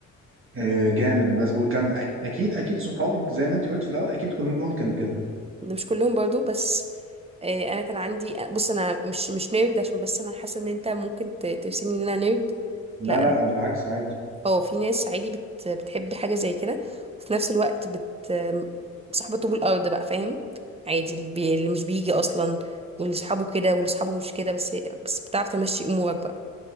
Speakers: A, on the right; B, on the right.
A: آه، جامد بس وكان أ- اكيد اكيد صحابك زي ما انت قلت في الاول اكيد كلهم كانوا كده
B: <laughs> مش كلهم برضو بس آه، انا كان عندي بص انا مش مش نيرد عشان بس انا حاسة ان انت ممكن ت- ترسمني ان انا نيرد
A: لا
B: لا
A: لا بالعكس عادي
B: اه في ناس عادي بت... بتحب حاجة زي كده وفي نفس الوقت بت صاحبة طوب الأرض بقى فاهم عادي اللي, بي... اللي مش بيجي أصلا واللي صحابه كده واللي صحابه مش كده بس بس بتعرف تمشي أمورك بقى